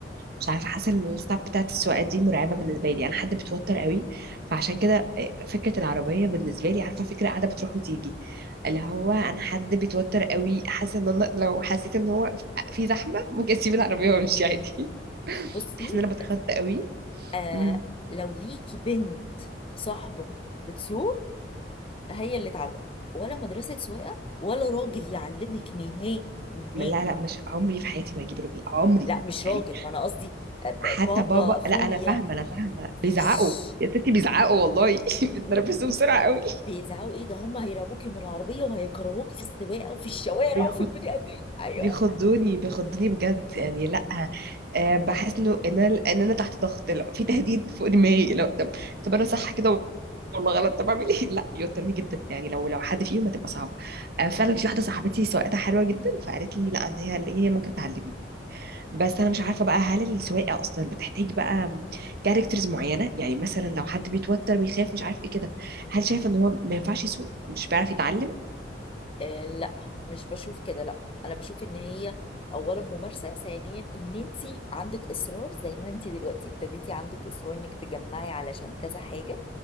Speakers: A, on the right (about 60°); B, on the left (about 30°).
A: مش عارفه حاسه ان الستاب بتاعت السواقه دي مرعبه بالنسبه لي انا حد بتوتر قوي فعشان كده آه، فكره العربيه بالنسبه لي عارفه فكره قاعده بتروح وتيجي اللي هو انا حد بيتوتر قوي حاسه ان انا لو حسيت ان هو في زحمه ممكن اسيب العربيه وامشي عادي <laughs>
B: بصي
A: بحس ان انا بتخض قوي
B: آه
A: امم
B: لو ليكي بنت صاحبة بتسوق هي اللي تعلمك ولا مدرسة سواقة ولا راجل يعلمك نهائي نهائي
A: لا لا مش عمري في حياتي ما اجيب رجل عمري
B: لا مش
A: يعني
B: راجل ما انا قصدي آه، ب-
A: حتى
B: بابا
A: بابا
B: اخويا
A: لا انا فاهمه انا فاهمه
B: مفيش
A: بيزعقوا يا ستي بيزعقوا والله <laughs>
B: ايوه
A: بتنرفزوا بسرعه قوي
B: بيزعقوا ايه ده هم هيرعبوكي من العربية وهيكرهوكي في السواقة وفي الشوارع
A: بياخد
B: وفي البني ادمين ايوه
A: بيخضوني بيخضوني بجد يعني لا أه بحس انه ان انا ان انا تحت ضغط لا في تهديد فوق دماغي لو طب طب انا صح كده والله غلط طب اعمل ايه <laughs> لا بيوترني جدا يعني لو لو حد فيهم هتبقى صعبه أه فعلا في واحده صاحبتي سواقتها حلوه جدا فقالت لي لا ان هي هي ممكن تعلمني بس انا مش عارفه بقى هل السواقه اصلا بتحتاج بقى كاركترز معينه يعني مثلا لو حد بيتوتر بيخاف مش عارف ايه كده هل شايفه ان هو ما ينفعش يسوق مش بيعرف يتعلم
B: آه لا مش بشوف كده لا انا بشوف ان هي اولا ممارسه ثانيا ان انت عندك اصرار زي ما انت دلوقتي ابتديتي عندك اصرار انك تجمعي علشان كذا حاجه